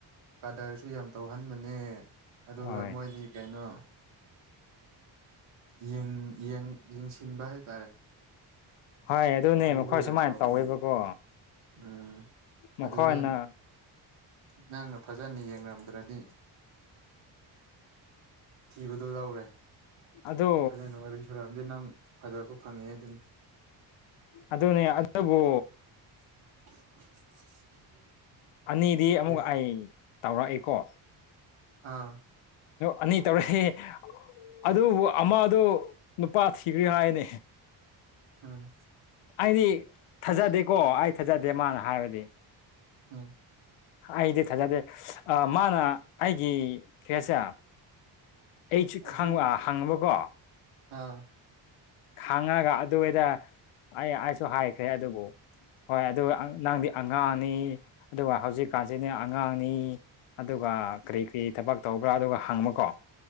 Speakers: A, on the right; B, on the left.
A: ꯀꯥꯗꯔꯁꯨ ꯌꯥꯝ ꯇꯧꯍꯟꯕꯅꯦ ꯑꯗꯨꯒ
B: ꯍꯣꯏ
A: ꯃꯣꯏꯗꯤ ꯀꯩꯅꯣ ꯌꯥꯝ ꯌꯦꯡꯁꯤꯟꯕ ꯍꯥꯏꯇꯥꯔꯦ
B: ꯍꯣꯏ ꯑꯗꯨꯅꯦ
A: ꯑꯗꯨꯁꯨ
B: ꯃꯈꯣꯏ
A: ꯌꯥꯝ
B: ꯁꯨꯃꯥꯏꯅ
A: ꯇꯧꯕꯅꯦ
B: ꯇꯧꯋꯦꯕꯀꯣ
A: ꯎꯝ
B: ꯃꯈꯣꯏꯅ
A: ꯑꯗꯨꯒ ꯅꯪꯅ ꯐꯖꯅ ꯌꯦꯡꯂꯡꯝꯗ꯭ꯔꯗꯤ ꯊꯤꯕꯗꯣ ꯂꯧꯔꯦ
B: ꯑꯗꯨ
A: ꯐꯖꯅꯣ ꯋꯥꯔꯤ ꯁꯨꯔꯑꯝꯗꯤ ꯅꯪ ꯐꯖꯔꯛꯄ ꯐꯪꯉꯦ ꯍꯥꯏ ꯑꯗꯨꯅꯤ
B: ꯑꯗꯨꯅꯦ ꯑꯗꯨꯗꯕꯨ
A: <unintelligible>
B: ꯑꯅꯤꯗꯤ
A: ꯑꯗꯨꯅꯤ
B: ꯑꯃꯨꯛ ꯑꯩ ꯇꯧꯔꯛꯏꯀꯣ
A: ꯑꯥ
B: ꯑꯅꯤ ꯇꯧꯔꯛꯏ ꯑꯗꯨꯕꯨ ꯑꯃꯗ ꯅꯨꯄꯥ ꯊꯤꯈ꯭ꯔꯤ ꯍꯥꯏꯅꯤ
A: ꯑ
B: ꯑꯩꯗꯤ ꯊꯥꯖꯗꯦꯀꯣ ꯑꯩ ꯊꯥꯖꯗꯦ ꯃꯥꯅ ꯍꯥꯏꯕꯗꯤ
A: ꯎꯝ
B: ꯑꯩꯗꯤ ꯊꯥꯖꯗꯦ ꯃꯥꯅ ꯑꯩꯒꯤ ꯀꯩꯅꯁꯦ ꯑꯩ ꯆ
A: ꯑꯗꯨꯝ
B: ꯍꯪꯉꯕꯀꯣ
A: ꯑꯥ
B: ꯈꯪꯉꯒ ꯑꯗꯨꯋꯥꯏꯗ ꯑꯩ ꯑꯩꯁꯨ ꯍꯥꯏꯈ꯭ꯔꯦ ꯑꯗꯨꯕꯨ ꯍꯣꯏ ꯑꯗꯨꯒ ꯅꯪꯗꯤ ꯑꯉꯥꯡꯅꯤ ꯑꯗꯨꯒ ꯍꯧꯖꯤꯛꯀꯥꯟꯁꯤꯗꯤ ꯑꯉꯥꯡꯅꯤ ꯑꯗꯨꯒ ꯀꯔꯤ ꯀꯔꯤ ꯊꯕꯛ ꯇꯧꯕ꯭ꯔꯥ ꯑꯗꯨꯒ ꯍꯪꯃꯀꯣ